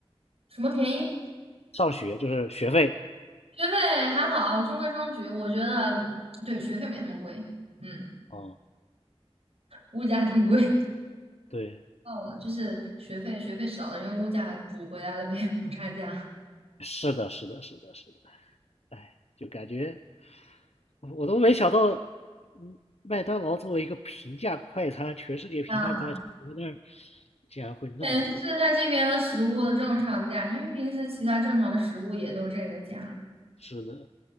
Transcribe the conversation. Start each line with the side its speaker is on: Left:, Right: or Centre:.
Right: 什么便宜？
Left: 上学就是学费
Right: 学费还好，中规中矩。我觉得对学费没那么贵，嗯，
Left: 哦，嗯
Right: 物价挺贵。
Left: 对，
Right: 哦，就是学费，学费少了，用物价补回来了呗，补差价。
Left: 是的，是的，是的，是的。哎，就感觉我都没想到，嗯麦当劳作为一个平价快餐，全世界平价快餐，
Right: 啊，
Left: 你们那儿还会那么
Right: 感觉就是它这边的食物的正常价，因为平时其他正常的食物也都这个价。
Left: 吃的，